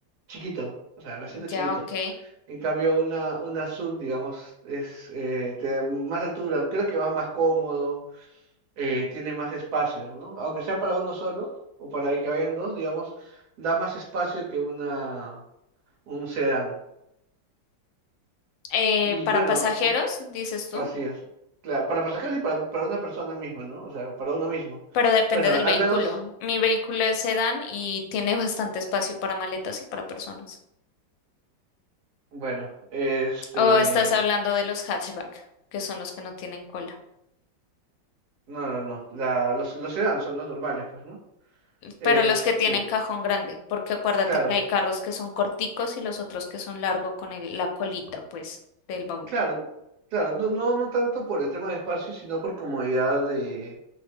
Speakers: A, on the right (about 60°); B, on the left (about 80°).
A: chiquito. O sea, me siento chiquito.
B: ya, ok.
A: En cambio, una, una sub, digamos, es, eh, te da más altura. Creo que vas más cómodo eh, tiene más espacio, ¿no? Aunque sea para uno solo o para que vayan dos, digamos, da más espacio que una un sedán.
B: Eh,
A: Y
B: para
A: bueno,
B: pasajeros, dices tú,
A: así es. Claro, para pasajeros y para, para una persona misma, ¿no? O sea, para uno mismo.
B: pero depende
A: Bueno,
B: del
A: al
B: vehículo.
A: menos,
B: Mi vehículo es sedán y tiene bastante espacio para maletas y para personas.
A: bueno, este,
B: O estás hablando de los hatchback, que son los que no tienen cola.
A: no, no, no, la, los, los sedán son los normales, pues, ¿no? Este,
B: pero los que tienen cajón grande, porque acuérdate
A: claro,
B: que hay carros que son corticos y los otros que son largos con el- la colita, pues, del baúl.
A: claro, claro, no, no, no tanto por el tema de espacio, sino por comodidad de